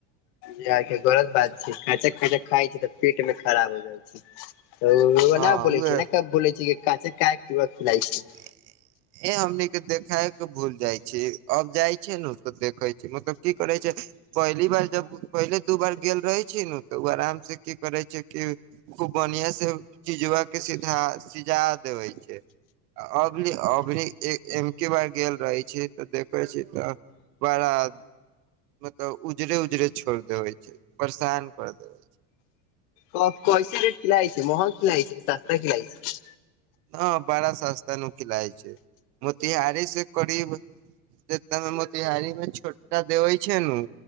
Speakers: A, on the left; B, on the right.
A: इह गलत बात छै खाचा खाचा खाइ छै तऽ पेट मे खराब हो जाइ छय त
B: हँ
A: न बोै
B: उहे
A: छ न क बोलै छै क क की खिराइ छै <inaudible>
B: हं ए हमने देखाय के भूल जाइ छी अब जाइ छै ने देखे छी मतलब की करै छय पहली बार जब पहिले दू बार गेल रहे छै न तऽ ओ आराम से की करै छय कि खूब बढ़िया से चिजवा के सीधा सिझा देबे छय अभ अभी एम के बार गेल रहै छी तऽ देखै छी तऽ बड़ा <inaudible> मतलब उजरे उजरे छोड़ देवे छै परेशान कर देवे छै
A: तब कैसे रेट खिलाई होइ छै महंग खिलाई छै कि सस्ता खिलाई छै
B: ह बड़ा सस्ता नु खिलय छै मोतिहारी से करीब जेतमे मोतिहारी मे छोटका देवय छै नु